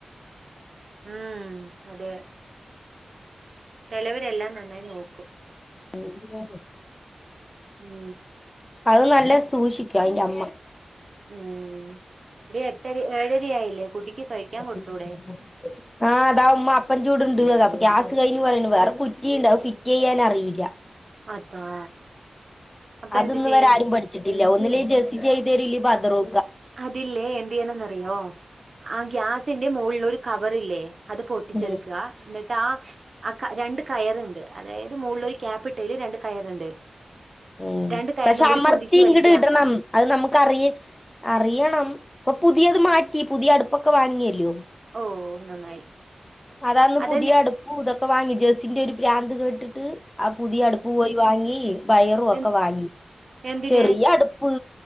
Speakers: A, on the right (about 50°); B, on the left (about 20°).
A: ഉം അതെ ചിലവരെല്ലാം നന്നായി നോക്കും
B: ഓഹ്‌
A: ഉം
B: അത് നല്ല സൂക്ഷിക്കും അയിന്റെ അമ്മ
A: ഉം ഒരു എട്ടര ഏഴര ആയില്ലേ കുട്ടിക്ക് കഴിക്കാൻ
B: <inaudible>
A: കൊടുത്തൂടെ
B: ആഹ് അതാ ഉമ്മ അപ്പം ചൂട്ണ്ട് അതാ ഗ്യാസ് കൈയിഞ്ഞ് പറയ വേറെ കുറ്റിണ്ട് അത് ഫിറ്റ് ചെയ്യാൻ അറിയില്ല
A: അതാ അപ്പൊ
B: അതിന്ന്
A: എന്ത് ചെയ്യും
B: വരെ ആരും പഠിച്ചിട്ടില്ല ഒന്നില് ജേർ്സി ചെയ്തരല് പതറൂ
A: അതില്ലേ എന്ത് ചെയ്യാണന്നറിയോ ആ ഗ്യാസിന്റെ മുകളിൽ ഒരു കവറില്ലേ അത് പൊട്ടിച്ചെടുക്കുക
B: ഉം
A: എന്നിട്ട് ആ ആ രണ്ട് കയറണ്ട് അതായത് മുകളിൽ ഒരു ക്യാപ്പ്ട്ടേൽ രണ്ട് കയറുണ്ട്
B: ഉം
A: രണ്ട് കയറിലും
B: പക്ഷെ
A: കൂടി
B: അമർത്തി
A: പൊന്തിച്ച്
B: ഇങ്ങട്
A: വലിക്കുക
B: ഇടണം അത് നമുക്ക്റിയ അറിയണം ഇപ്പൊ പുതിയത് മാറ്റി പുതിയ അടുപ്പൊക്കെ വാങ്ങിയല്ലയോ
A: ഓ നന്നായി
B: അതന്ന്
A: അതന്നെ
B: പുതിയ അടുപ്പും ഇതൊക്കെ വാങ്ങി ജേസിന്റെ ഒരു പ്രാന്ത് കേട്ടിട്ട് ആ പുതിയ അടുപ്പ് പോയി വാങ്ങി വയറുംക്കെ
A: എൻ-
B: വാങ്ങി
A: എന്തിന്
B: ചെറിയ അടു വ്